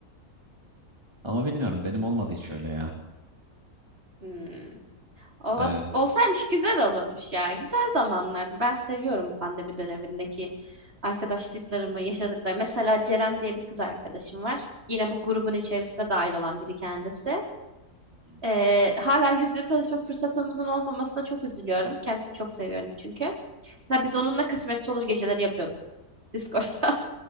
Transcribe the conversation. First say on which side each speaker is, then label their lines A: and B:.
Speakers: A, on the right (about 15°); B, on the right (about 40°).
A: Ama bilmiyorum benim olmadı hiç öyle ya.
B: Hmm. Ola,
A: Evet.
B: olsaymış güzel olurmuş ya. Güzel zamanlardı. Ben seviyorum pandemi dönemindeki arkadaşlıklarımı, yaşadıklarımı. Mesela Ceren diye bir kız arkadaşım var. Yine bu grubun içerisinde dahil olan biri kendisi.
A: Hı hı.
B: Ee, hala yüz yüze tanışma fırsatımızın olmamasına çok üzülüyorum. Kendisini çok seviyorum çünkü. Mesela biz onunla kısmetse olur geceleri yapıyorduk. Discord'da